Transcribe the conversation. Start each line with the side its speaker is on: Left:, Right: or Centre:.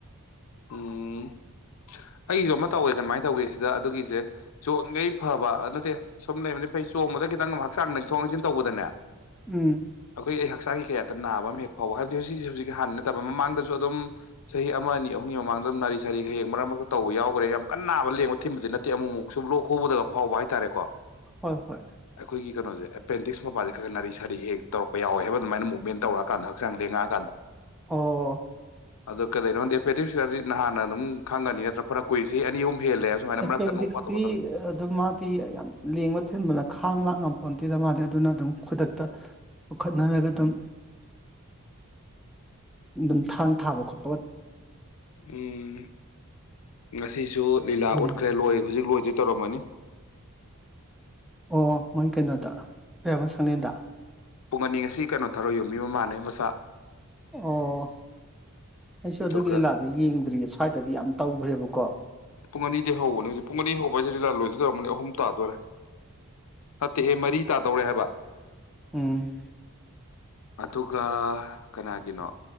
Left: ꯎꯝ ꯑꯩꯁꯨ ꯑꯃ ꯇꯧꯋꯦ ꯀꯃꯥꯏꯅ ꯇꯧꯒꯦ ꯁꯤꯗ ꯑꯗꯨꯒꯤꯁꯦ ꯆꯣꯡꯉꯩ ꯐꯕ ꯑꯗꯨ ꯅꯠꯇꯦ ꯁꯨꯝ ꯂꯩꯕꯗꯤ ꯐꯩ ꯆꯣꯡꯕꯗ ꯈꯤꯇꯪ ꯍꯛꯆꯥꯡ ꯂꯦꯡꯊꯣꯛ ꯂꯦꯡꯁꯤꯟ ꯇꯧꯕꯗꯅꯦ
Centre: ꯎꯝ
Left: ꯑꯩꯈꯣꯏ ꯑꯩ ꯍꯛꯆꯥꯡꯒꯤ ꯀꯌꯥꯗ ꯅꯥꯕ ꯑꯃ ꯍꯦꯛ ꯐꯥꯎꯕ ꯍꯥꯏꯕꯗꯤ ꯍꯧꯖꯤꯛ ꯍꯧꯖꯤꯛ ꯍꯥꯟꯅ ꯅꯠꯇꯕ ꯃꯃꯥꯡꯗꯁꯨ ꯑꯗꯨꯝ ꯆꯍꯤ ꯑꯃꯅꯤ ꯑꯅꯤ ꯄꯨꯡꯒꯤ ꯃꯃꯥꯡꯗꯝ ꯅꯥꯔꯤ ꯁꯥꯔꯤ ꯍꯌꯦꯦꯛ ꯃꯔꯛ ꯃꯔꯛꯇ ꯇꯧꯕ ꯌꯥꯎꯈ꯭ꯔꯦ ꯌꯥꯝ ꯀꯟꯅꯅꯥꯕ ꯂꯦꯡꯕ ꯊꯤꯟꯕꯗꯤ ꯅꯠꯇꯦ ꯑꯃꯨꯛꯃꯨꯛꯁꯨ ꯂꯣꯛ ꯈꯨꯕꯗꯒ ꯐꯥꯎꯕ ꯍꯥꯏꯇꯥꯔꯦꯀꯣ
Centre: ꯍꯣꯏ ꯍꯣꯏ
Left: ꯑꯩꯈꯣꯏꯒꯤ ꯀꯩꯅꯣꯁꯦ ꯑꯦꯄꯦꯟꯗꯤꯛꯁ ꯃꯄꯄꯥꯁꯦ ꯈꯔ ꯁꯥꯔꯤ ꯁꯥꯔꯤ ꯍꯦꯛ ꯇꯧꯔꯛ ꯌꯥꯎꯦ ꯍꯥꯏꯕ ꯑꯗꯨꯥꯏꯅ ꯃꯨꯚꯃꯦꯟ ꯇꯧꯔꯛꯑꯀꯥꯟ ꯍꯛꯥꯡ ꯂꯦꯡꯉꯛꯑꯀꯥꯟꯗ
Centre: ꯑꯣ
Left: <unintelligible> ꯗꯗꯤ ꯅꯍꯥꯟꯅ ꯑꯗꯨꯝ ꯈꯪꯒꯅꯤ ꯅꯠꯇ꯭ꯔ ꯐꯔ ꯀꯨꯏꯁ ꯑꯅꯤ ꯑꯍꯨꯝ ꯍꯦꯜꯂꯦ ꯍꯥꯏꯕ ꯁꯨꯃꯥꯏꯅ
Centre: ꯑꯦꯄꯦꯟꯗꯤꯛꯁꯇꯤ
Left: ꯃꯔꯛꯇ ꯅꯣꯡ ꯐꯥꯗꯣꯛꯀ ꯇꯧꯔꯤꯁꯦ
Centre: ꯑꯗꯨ ꯃꯥꯗꯤ ꯌꯥꯝ ꯂꯦꯡꯕ ꯊꯤꯟꯕꯅ ꯈꯥꯡ ꯂꯥꯡ ꯉ ꯄꯣꯟꯇꯤꯗ ꯃꯥꯜꯂꯤꯦ ꯑꯗꯨꯅ ꯑꯗꯨꯝ ꯈꯨꯗꯛꯇ ꯄꯨꯈꯠꯅꯔꯒ ꯑꯗꯨꯝ ꯑꯗꯨꯝ ꯊꯥꯡ ꯊꯥꯕ ꯈꯣꯠꯄ
Left: ꯎꯝ ꯉꯁꯤꯁꯨ ꯂꯤꯂꯥ
Centre: ꯎꯝ
Left: ꯎꯠꯈ꯭ꯔꯦ ꯂꯣꯏ ꯍꯧꯖꯤꯛ ꯂꯣꯏꯗꯣꯏ ꯇꯧꯔꯝꯃꯅꯤ <inaudible>
Centre: ꯑꯣ ꯃꯣꯏ ꯀꯩꯅꯣꯗ ꯑꯌꯥꯝꯕ ꯁꯪꯪꯂꯦꯟꯗ
Left: ꯄꯨꯡ ꯑꯅꯤ ꯉꯁꯤ ꯀꯩꯅꯣ ꯊꯧꯔꯣꯏ ꯌꯣꯕꯤ ꯃꯃꯥꯟꯅꯦ ꯃꯆꯥ
Centre: ꯑꯣ ꯑꯩꯁꯨ
Left: ꯑꯗꯨꯒ
Centre: ꯑꯗꯨꯒꯤ ꯂꯤꯂꯥꯗꯨ ꯌꯦꯡꯗ꯭ꯔꯤꯌꯦ ꯁ꯭ꯋꯥꯏꯗꯗꯤ ꯌꯥꯝ ꯇꯧꯒ꯭ꯔꯦꯕꯀꯣ
Left: ꯄꯨꯡ ꯑꯅꯤꯗꯤ ꯍꯧꯕꯅꯦ ꯍꯧꯖꯤꯛ ꯄꯨꯡ ꯑꯅꯤ ꯍꯧꯕ ꯍꯥꯏꯁꯦ ꯂꯤ ꯂꯥ ꯂꯣꯏꯗꯣꯏ ꯇꯧꯔꯝꯅꯤ ꯍꯧꯖꯤꯛ ꯇꯥꯗꯣꯏꯔꯦ ꯅꯠꯇꯦꯍꯦ ꯃꯔꯤ ꯇꯥꯗꯧꯔꯦ ꯍꯥꯏꯕ
Centre: ꯎꯝ
Left: ꯑꯗꯨꯒ ꯀꯅꯥꯒꯤꯅꯣ